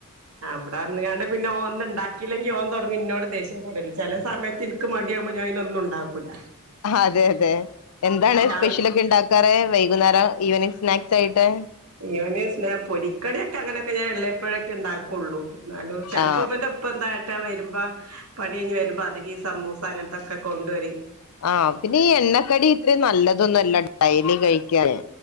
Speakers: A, on the right; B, on the left.
A: അവിട വന്ന് കാണ്ട് പിന്നെ ഓന്ന ഉണ്ടാക്കില്ലെങ്കി ഓൻ തുടങ്ങും ഇന്നോട് ദേഷ്യയപ്പെടല് ചില സമയത്തി ക്കു മടിയവുമ്പോ ഞാ അതിനൊന്നും ഉണ്ടാക്കൂല്ല
B: അതെ അതെ എന്താണ്
A: രാവിലെ
B: സ്പെഷ്യലൊക്കെ ഉണ്ടാക്കാറ് വൈകുന്നേരം ഈവനിങ് സ്നാക്സ് ആയിട്ട്
A: ഇവനിങ് സ്നാക് പൊരിക്കടിയൊക്കെ അങ്ങനെൊക്കെ ഞാൻ എള്ളപ്പോഴൊക്കെ ഉണ്ടാക്കുള്ളൂ എന്നാലും ചിലപ്പോ
B: ആ
A: അവന്റെ ഇപ്പ എന്താക്കാ വരുമ്പോ പണി കഴഞ്ഞ് വരുമ്പോ അതികം ഈ സമൂസ അങ്ങനത്തൊക്കെ കൊണ്ടുവരി
B: ആഹ് പിന്നെ ഈ എണ്ണക്കടി ഇത്രയും നല്ലതൊന്നല്ലോ ഡൈലി കഴിക്കന്